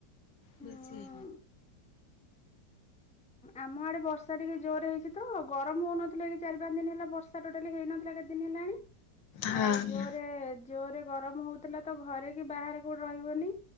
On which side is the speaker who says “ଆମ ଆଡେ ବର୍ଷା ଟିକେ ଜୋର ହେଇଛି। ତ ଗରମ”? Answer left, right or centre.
Centre